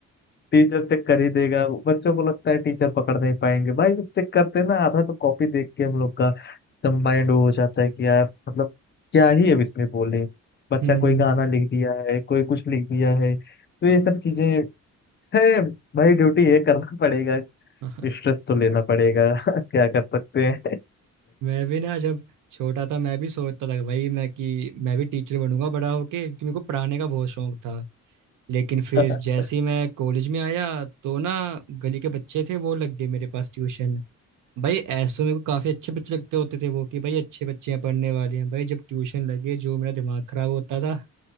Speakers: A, on the left (about 35°); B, on the right (about 80°).
A: टीचर चेक कर ही देगा वो बच्चों को लगता है टीचर पकड़ नहीं पाएंगे भाई चेक करते हैं ना आधा तो कॉपी देख के हम लोग का एकदम माइंड वो हो जाता है कि यार मतलब क्या ही अब इसमें बोले बच्चा
B: हम्म
A: कोई गाना लिख दिया है कोई कुछ लिख दिया है तो ये सब चीजें है भाई ड्यूटी ये करना पड़ेगा
B: <laughs>
A: स्ट्रेस तो लेना पड़ेगा <laughs> क्या कर सकते हैं
B: मैं भी ना जब छोटा था मैं भी सोचता था कि भाई मैं कि मैं भी टीचर बनूंगा बड़ा होके क्योंकि मेरे को पढ़ाने का बहुत शौक था लेकिन फिर
A: <laughs>
B: जैसे ही मैं कॉलेज में आया तो ना गली के बच्चे थे वो लग गए मेरे पास ट्यूशन भाई ऐसे तो मेरे को काफी अच्छे बच्चे लगते होते थे वो कि भाई अच्छे बच्चे हैं पढ़ने वाले हैं भाई जब ट्यूशन लगे जो मेरा दिमाग खराब होता था